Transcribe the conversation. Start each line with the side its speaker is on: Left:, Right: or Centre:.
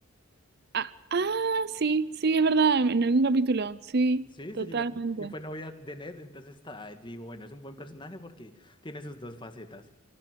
Right: Ah, ah, sí, sí, es verdad, en en algún capítulo, sí,
Left: Sí,
Right: totalmente.
Left: se llegó a en- y fue novia de Ned. Entonces, está, digo, bueno, es un buen personaje porque tiene sus dos facetas.